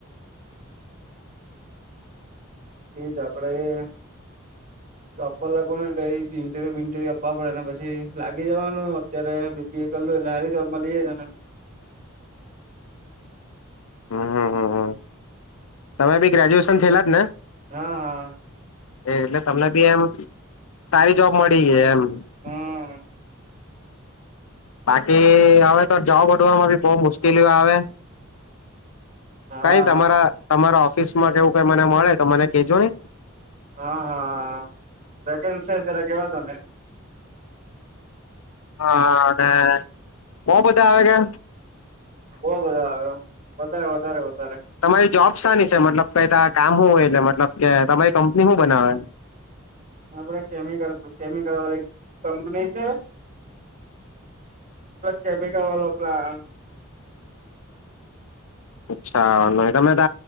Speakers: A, on the right; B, on the left.
A: એ જ આપ આપડે એ જોન પર લાગવાનું એટલે એ જ આપવા પડેને પછી લાગી જવાનું અત્યારે બીપીએ કરું એટલે હારી જોબમાં લી જાયને
B: હમ હમ હમ હમ. તમે ભી ગ્રેજ્યુએશન થયેલા જ ને?
A: હા હા
B: એ એટલે તમને બી એમ સારી જોબ મળી ગઈ એમ. <unintelligible>
A: હમ
B: બાકી તો હવે જોબ હોધવામાં બી બહુ મુશ્કેલીઓ આવે.
A: હા
B: કઈ તમારા તમારા ઓ માં કેવું ક મને મળે તો મને કહેજો ને.
A: હા હા ત્યારે કેવાતો ને
B: હા અવે બહુ બધા આવે છે?
A: બહવ બધો આવ્યો. વધ વધારે વધ
B: તમારી જોબ શાની? મતલબ ક કામ શું હોય એટલે મતલબ કે તમારી કંપની હું બનાવે?
A: ધ કેમિકલ કેમિકલ વાળી કંપની છે. કેબ કવાલો પ્લા
B: અચ્છા તમે ત